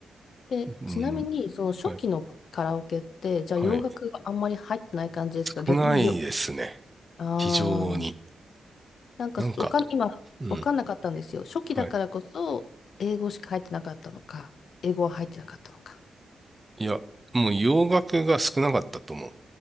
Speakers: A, on the left; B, on the right.
A: で、
B: うん、
A: ちなみに、その初期のカラオケって、
B: はい、
A: じゃあ洋楽があんまり入ってない感じですか逆によ、
B: はい。少ないですね。
A: ああ、
B: 非常に。
A: なんかわかん、
B: なんか、
A: 今、
B: うん、
A: わかんなかったんですよ。初期だからこそ、
B: はい。
A: 英語しか入ってなかったのか、英語は入ってなかったのか。
B: いや、もう洋楽が少なかったと思う。